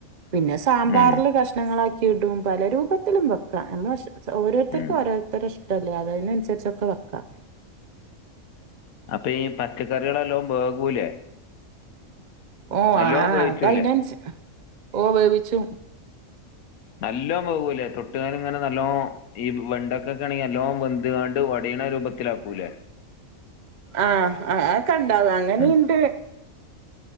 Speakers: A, on the right; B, on the left.
A: പിന്നെ സാമ്പാറില്
B: ഉം
A: കഷ്ണങ്ങളാക്കി ഇടും പല രൂപത്തിലും വെക്കാ. നമ്മളശെ സ ഓരോരുത്തർക്കും
B: ഉം
A: ഓരോ ത്തറ ഇഷ്ടല്ലേ അതയ്നനുസരിച്ചൊക്കെ വെക്കാ.
B: അപ്പ ഈ പച്ചക്കറികളെല്ലോം വേകൂലേ?
A: ഓഹ്
B: നല്ലോണം
A: ആഹ്
B: വേവിച്ചൂലേ
A: അതയിനൻസ ഓഹ്, വേവിച്ചും.
B: നല്ലോം വേകൂല്ലേ, തൊട്ടുകാണ്ട് ഇങ്ങനെ നല്ലോം ഈ വെണ്ടൊക്കെക്കെ ആണെങ്കി നല്ലോം വെന്ത്‌കാണ്ട്‌ ഒടീണ രൂപ ത്തിലാക്കൂലേ.
A: ആഹ് അഹ് അഒക്കെണ്ടാവും. അങ്ങനീണ്ട്
B: ഉം